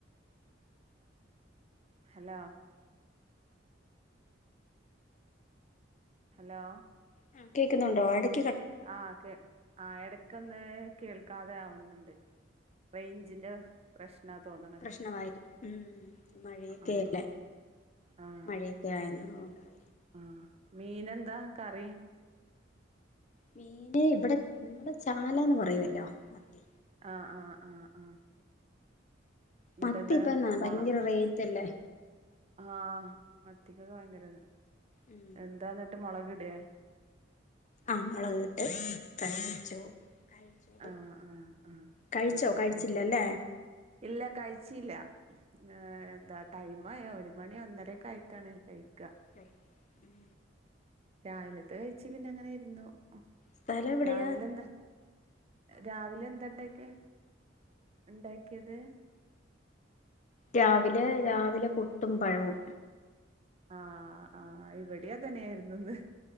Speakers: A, on the right (about 35°); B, on the left (about 40°).
A: ഹലോ ഹലോ
B: ആഹ് കേൾക്കുന്നുണ്ടോ അടുത്ത
A: ആഹ് കേ ആഹ് ഇടയ്ക്ക് ഒന്ന് കേൾക്കാതെ ആവുന്നുണ്ട് റേഞ്ചിന്റെ പ്രശ്നാ തോന്നണു
B: പ്രശ്‌നായിരിക്കും ഉം മഴയൊക്കെല്ലേ
A: ആഹ് ആഹ്
B: മഴയൊക്കെ ആയിരുന്നു കൊണ്ടായിരിക്കും
A: ആഹ് മീൻ എന്താ കറി
B: മീന് ഇവിടെ നിങ്ങള് ചാളാന്ന് പറയുവല്ലോ മത്തി
A: ആഹ് ആഹ് ആഹ് ആഹ് എന്നിട്ടെന്താ
B: മത്തി ഇപ്പ എന്നാ
A: മൊള
B: ഭയങ്കര റേറ്റ് അല്ലേ
A: ആഹ് മത്തിക്കൊക്കെ ഭയങ്കര താ.
B: ഉം
A: എന്താ ന്നട്ട് മുളക് ടെ.
B: ആഹ് മുളകിട്ട് കറി വെച്ചു. കഴിച്ചു.
A: ആഹ് ആഹ് ആഹ്
B: കഴിച്ചോ.
A: ആഹ്
B: കഴിച്ചില്ലല്ലേ.
A: ആഹ് ഇല്ല കഴിച്ചില്ല. ഏഹ് എന്താ ടൈം ആയ ഒരു മണി ഒന്നരക്കെ ആയിട്ടാണ് കഴിക്ക.
B: കഴിക്ക. ഉം
A: രാവിലത്തെ കഴിച്ച് പിന്നെ അങ്ങനെ ഇരുന്നു. ആഹ്.
B: സ്ഥലം എവിടെയാ
A: രാവിലെ ന്താ രാവിലെ എന്താ ഇണ്ടാക്കിയേ. ഇണ്ടാക്കിയത്.
B: രാവിലെ രാവിലെ പുട്ടും പഴവും.
A: ആഹ് ആഹ് ഇവിടേം അത് തന്നെ ആയിരുന്നു ഇന്ന്.